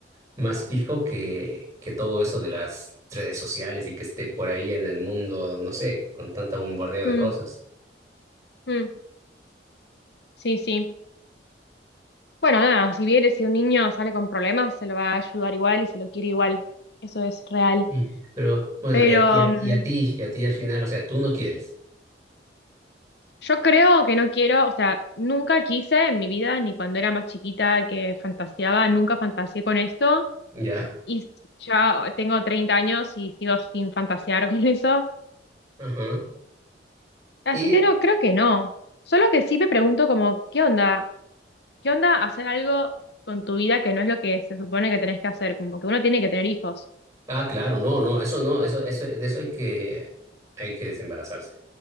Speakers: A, on the right; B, on the left.
A: más fijo que, que todo eso de las redes sociales y que esté por ahí en el mundo, no sé, con tanta bombardeo
B: Mm,
A: de cosas.
B: mm, sí, sí. Bueno, nada, si bien si un niño sale con problemas, se lo va a ayudar igual y se lo quiere igual. Eso es real.
A: Mm. Pero bueno,
B: Pero,
A: y a, y a-
B: mm,
A: y a ti, y a ti al final, o sea, tú no quieres.
B: Yo creo que no quiero, o sea, nunca quise en mi vida, ni cuando era más chiquita que fantaseaba, nunca fantaseé con esto
A: Ya.
B: y ya tengo 30 años y sigo sin fantasear <laughs> con eso.
A: Ajá.
B: Así
A: Y,
B: que no, creo que no. Solo que sí me pregunto como, ¿qué onda? ¿Qué onda hacer algo con tu vida que no es lo que se supone que tenés que hacer? Como que uno tiene que tener hijos.
A: ah, claro, no, no, eso no, eso, eso, de eso hay que, hay que desembarazarse,